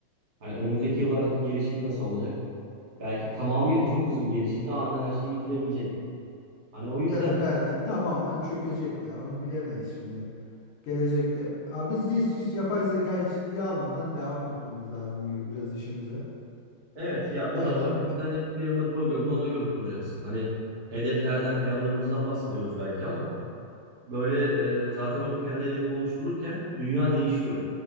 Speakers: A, on the right; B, on the left.
A: Hani önümüzdeki yıllardaki gelişimi nasıl olacak? Belki tamamıyla çok hızlı bir gelişimle aniden her şeyi bitirebilecek. Hani o yüzden
B: Ya da belki
A: şimdiden
B: tamamen çökecek ya. Onu bilemeyiz şimdi. Gelecekte. Abi biz hiç, hiç yapay zekayı ciddiye almadan devam etmemiz lazım gibi biraz işimize.
A: Evet ya o
B: Bence
A: da var.
B: ben-
A: Şimdi hani planını programını ona göre kuracaksın. Hani hedeflerden planlarımızdan bahsediyoruz belki ama böyle e, zaten o planı hedefi oluştururken dünya değişiyor.